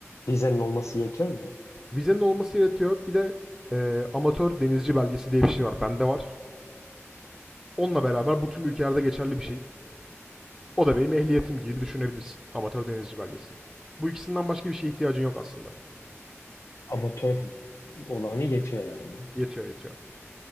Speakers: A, on the left (about 80°); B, in the centre.
A: vizenin olması yetiyor mu?
B: Vizenin olması yaratıyor. Bir de e, amatör denizci belgesi diye bir şey var. Bende var. Onunla beraber bu tüm ülkelerde geçerli bir şey. O da benim ehliyetim gibi düşünebilirsin. Amatör denizci belgesi. Bu ikisinden başka bir şeye ihtiyacın yok aslında.
A: Amatör olanı yetiyor yani.
B: Yetiyor yetiyor.